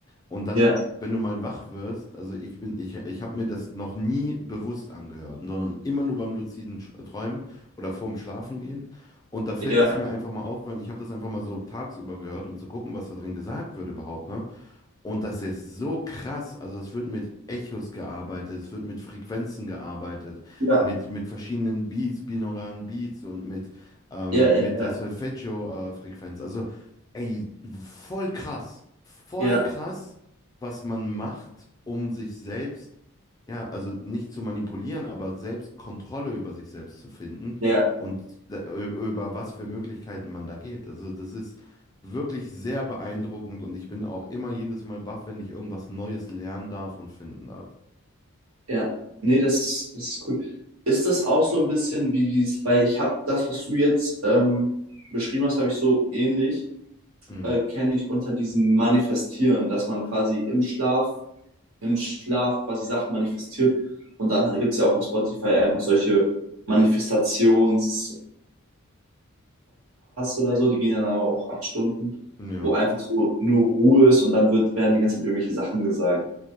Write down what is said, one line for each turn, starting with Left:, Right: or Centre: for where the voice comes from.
Left: Und dann,
Right: ja,
Left: wenn du mal wach wirst, also ich bin, ich, ich habe mir das noch nie bewusst angehört, sondern immer nur beim luziden Sch- Träumen oder vorm Schlafengehen. Und da fäll-
Right: ja,
Left: ist mir einfach mal aufgefallen, ich habe das einfach mal so tagsüber gehört, um zu gucken, was da drin gesagt wird überhaupt, ne? Und das ist so krass. Also es wird mit Echos gearbeitet, es wird mit Frequenzen gearbeitet,
Right: ja,
Left: mit, mit verschiedenen Beats, binauralen Beats und mit, ähm,
Right: ja, ja,
Left: mit der Solfeggio-Frequenz. also ey, voll krass. Voll
Right: ja, ja,
Left: krass,
Right: ja,
Left: was man macht, um sich selbst, ja, also nicht zu manipulieren, aber selbst Kontrolle über sich selbst zu finden
Right: ja,
Left: und da, ü- über was für Möglichkeiten man da geht. Also das ist Wirklich sehr beeindruckend und ich bin auch immer jedes Mal baff, wenn ich irgendwas Neues lernen darf und finden darf.
Right: Ja, nee, das, das ist cool. Ist das auch so ein bisschen wie dieses, weil ich habe das, was du jetzt ähm, beschrieben hast, habe ich so ähnlich,
Left: Mhm.
Right: äh, kenne ich unter diesem Manifestieren, dass man quasi im Schlaf, im Schlaf quasi Sachen manifestiert. Und dann gibt es ja auch auf Spotify einfach solche Manifestations-Podcasts oder so, die gehen ja dann aber auch acht Stunden,
Left: Ja.
Right: wo einfach so nur Ruhe ist und dann wird, werden die ganze Zeit irgendwelche Sachen gesagt.